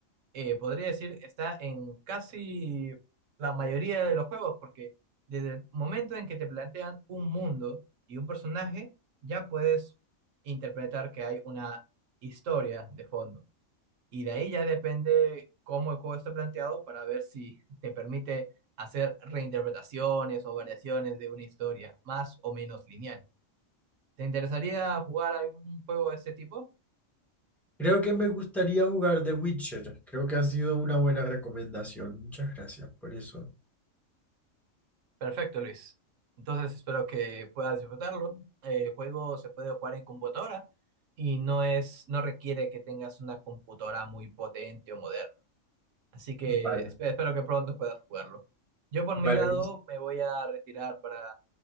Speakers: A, on the right (about 70°); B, in the centre.
A: eh, podría decir está en casi la mayoría de los juegos, porque desde el momento en que te plantean un mundo y un personaje, ya puedes interpretar que hay una historia de fondo. Y de ahí ya depende cómo el juego esté planteado para ver si te permite hacer reinterpretaciones o variaciones de una historia, más o menos lineal. ¿Te interesaría jugar algún juego de este tipo?
B: Creo que me gustaría jugar The Witcher. Creo que ha sido una buena recomendación. Muchas gracias por eso.
A: Perfecto, Luis. Entonces espero que puedas disfrutarlo. El juego se puede jugar en computadora y no es, no requiere que tengas una computadora muy potente o moderna. Así que
B: Vale.
A: espe- espero que pronto puedas jugarlo. Yo por
B: Vale,
A: mi lado me voy a retirar para